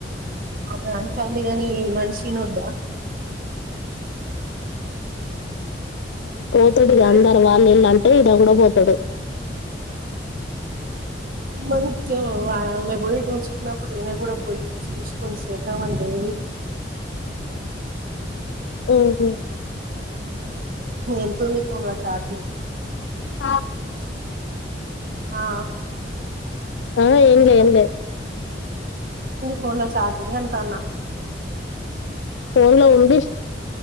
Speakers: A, on the right; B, on the left.
A: ఆమె అంటంది కాని మనిషిని వద్దా మనిషి లేకపోతే
B: పోతుడిగా
A: ఎట్లుంటది
B: అందరు వాళ్ళ ఎలా అంట ఏద కూడాడ పోతాడు
A: మంచిగా ఆమె పోయి చూసుకున్నప్పుడు ఈయన కూడా పోయి చూసుకొని చేద్దామని లేదు
B: ఆహ
A: ఎంతంది ఫోన్ లో ఛార్జింగ్
B: ఆ
A: ఆ
B: ఆ ఏం
A: ఎంత
B: చేయనులే
A: ఫన్ లో చార్జింగ్ంటన్నా
B: ఫోన్ లో ఉంది